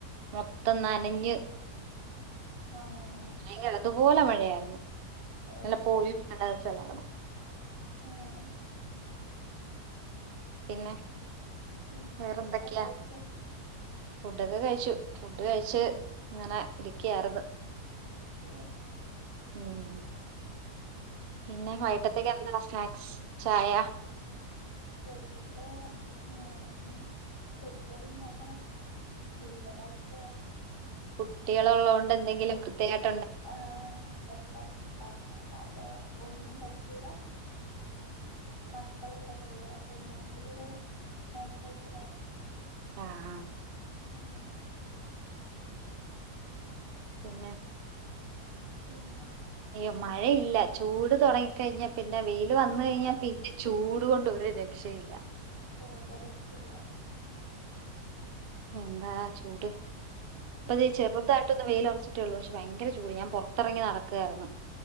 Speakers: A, on the right (about 55°); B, on the left (about 30°).
A: മൊത്തം നനഞ്ഞ്
B: ആഹ്.
A: അല്ലങ്കി അതുപോലെ മഴയായിരുന്നു ഇന്നല
B: ഓഹ്.
A: പോളിയോ കൊടുക്കണ്ട ദിവസം അല്ലാരുന്നോ
B: ആഹ്
A: പിന്നെ
B: പിന്നെ
A: വേറെന്തൊക്കെയാ
B: ഫുഡ് ഒക്കെ കഴിച്ച
A: ഫുഡൊക്കെ കഴിച്ചു ഫുഡ് കഴിച്ച് ഇങ്ങനെ ഇരിക്കിയായിരുന്നു
B: ഏ
A: ഉം പിന്നെ വൈകട്ടത്തേക്ക് എന്താ സ്നാക്സ് ചായ
B: വൈകിട്ട് ഇനി പൊരിക്കടി ഉണ്ടാക്കണം ഉള്ളി വടായിട്ട്
A: കുട്ടികള് ഉള്ളത് കൊണ്ട് എന്തെങ്കിലും പ്രത്യേകായിട്ട്
B: ആഹ് എന്തായും ഇണ്ടാക്കണംല്ലാതെ ഒന്നും പറ്റൂല മക്കള് ഉള്ളതല്ലേ അപ്പൊ എന്തെങ്കിലും ഒര് സ്നാക്സായിട്ട് വേണം
A: ആഹ് ആഹ്
B: ആഹ്
A: പിന്നെ
B: പിന്ന
A: അയ്യോ മഴയില്ല ചൂട് തുടങ്ങിക്കഴിഞ്ഞാ പിന്നെ വെയില് വന്ന്
B: ആഹ്
A: കഴിഞ്ഞാൽ പിന്നെ ചൂട് കൊണ്ട് ഒരു രക്ഷയില്ല
B: നല്ല രക്ഷയില്ല
A: എന്താ ചൂട് അപ്പത്
B: ഉം
A: ചെറുതായിട്ടൊന്ന് വെയിയിലൊറച്ച് ട്ടുള്ളൂ പക്ഷെ ഭയങ്കര ചൂട് ഞാൻ പുറത്തിറങ്ങി നടക്കുവായിരുന്നു